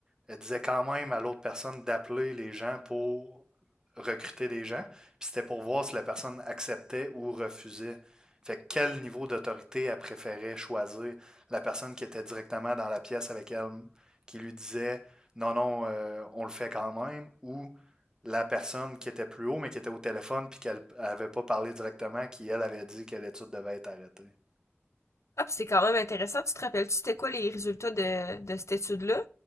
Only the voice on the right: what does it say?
elle disait quand même à l'autre personne d'appeler les gens pour recruter des gens. Puis c'était pour voir si la personne acceptait ou refusait. Fait que quel niveau d'autorité elle préférait choisir la personne qui était directement dans la pièce avec elle, qui lui disait non, non, euh, on le fait quand même, ou la personne qui était plus haut, mais qui était au téléphone, puis qu'elle n'avait pas parlé directement, qui, elle, avait dit que l'étude devait être arrêtée.